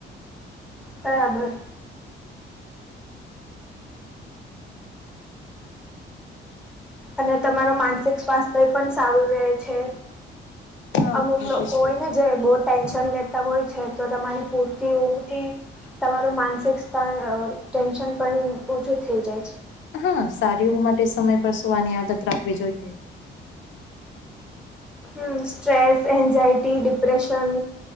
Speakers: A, in the centre; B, on the left.
A: બરાબર અને તમારું માનસિક સ્વાસ્થ્ય પણ સારું રહે છે
B: હા
A: અમુક
B: આ
A: લોકો
B: તો છે
A: હોયને
B: જ.
A: જે બોટ ટેન્શન લેતા હોય છે તો તમારી પૂરતી ઊંઘથી તમારું માનસિક સ્થાન ટેન્શન પણ ઓછું થઈ જાય છે
B: હા સારી ઊંઘ માટે સમય પર સુ આની આદત રાખવી જોઈએ
A: હ સ્ટ્રેસ એન્ઝાયટી ડિપ્રેશન